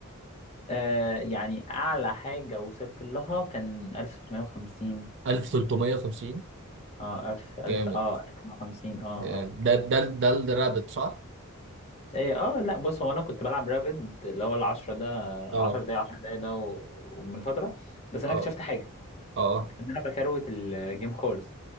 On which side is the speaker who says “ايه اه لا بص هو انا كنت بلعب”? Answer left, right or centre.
Left